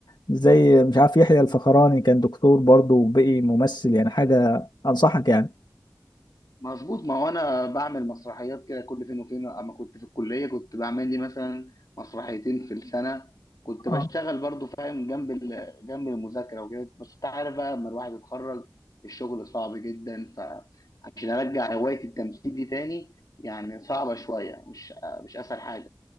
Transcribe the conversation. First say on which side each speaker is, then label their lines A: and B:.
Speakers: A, on the left (about 75°); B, on the left (about 60°).
A: زي مش عارف يحيى الفخراني كان دكتور برضه وبقي ممثل يعني حاجة انصحك يعني
B: مظبوط ما هو انا بعمل مسرحيات كده كل فين وفين اما كنت في الكليه كنت بعمل لي مثلا مسرحيتين في السنه كنت
A: اه
B: بشتغل برضو فاهم جنب ال- جنب المذاكره وكده بس انت عارف بقى لما الواحد يتخرج الشغل صعب جدا فعشان ارجع هوايه التمثيل دي تاني يعني صعبه شويه مش مش اسهل حاجه